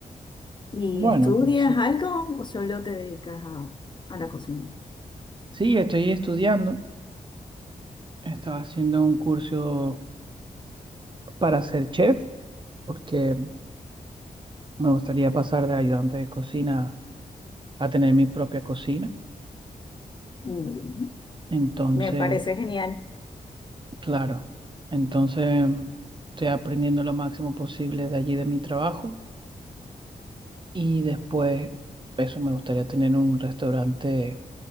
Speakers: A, on the left; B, on the right.
A: ¿Y
B: Bueno,
A: estudias
B: pues sí.
A: algo o solo te dedicas a, a la cocina?
B: Sí, estoy estudiando. Estaba haciendo un curso para ser chef, porque me gustaría pasar de ayudante de cocina a tener mi propia cocina.
A: Mm,
B: Entonces,
A: Me parece genial.
B: claro, entonces estoy aprendiendo lo máximo posible de allí de mi trabajo Y después, eso me gustaría tener un restaurante